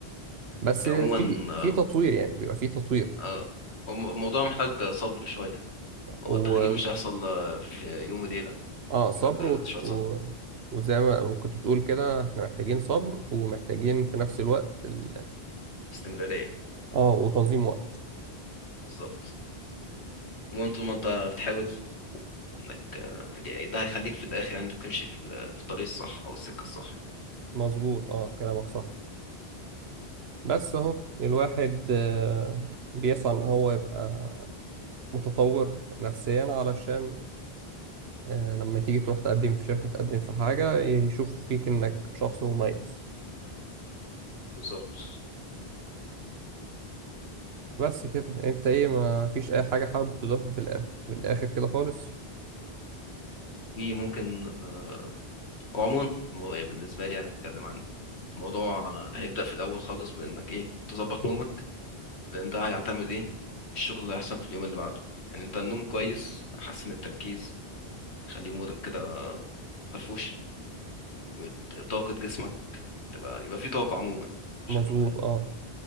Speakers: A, on the right; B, on the left.
A: بس
B: عموما
A: في
B: آه
A: في تطوير يعني بيبقى في تطوير
B: آه، هو الموضوع محتاج صبر شوية
A: و
B: هو التغيير مش هيحصل آه، في يوم وليلة
A: آه صبر
B: محتاج آه،
A: و...
B: شوية
A: و...
B: صبر
A: وزي ما كنت بتقول كده احنا محتاجين صبر ومحتاجين في نفس الوقت ال...
B: استمرارية
A: اه وتنظيم وقت
B: بالظبط المهم طول ما انت بتحاول انك آه، دي- ده هيخليك في الآخر يعني انت تمشي في ال- في الطريق الصح أو السكة الصح يعني.
A: مظبوط اه كلامك صح بس اهو الواحد آه بيسعى ان هو يبقى متطور نفسيا علشان آه، لما تيجي تروح تقدم في شركة تقدم في حاجة يشوف فيك إنك شخص مميز
B: بالظبط
A: بس كده أنت إيه ما فيش أي حاجة حابب تضيفها في الآخر في الآخر كده خالص
B: دي ممكن آه، وعموما الموضوع- بالنسبة لي أنا أتكلم عن الموضوع آه، هيبدأ في الأول خالص بإنك إيه تظبط نومك لأن ده هيعتمد إيه الشغل اللي هيحصل في اليوم اللي بعده يعني أنت النوم كويس هيحسن التركيز خلي مودك كده فرفوش وطاقة جسمك تبقى يبقى فيه طاقة عموما عشان
A: مظبوط أه